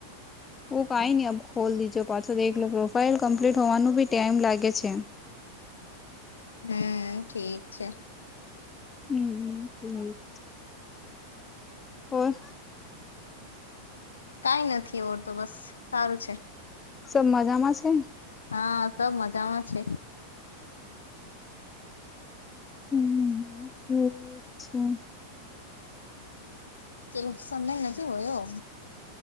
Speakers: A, on the left; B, on the left.
A: ઓ કઈ નઈ અ ખોલ દીજો પાછો દખલો પ્રોફાઈલ કમ્પ્લીટ હોવાનું ભી ટાઈમ લાગે છે.
B: હમ ઠીક છે.
A: હમ ઠીક. ઓર?
B: કાઈ નથી ઓર તો બસ સારું છે.
A: સબ મજામાં છે?
B: હા સબ મજામાં છે.
A: હમ ઠીક છે.
B: ચલો સમય નથી હોયો.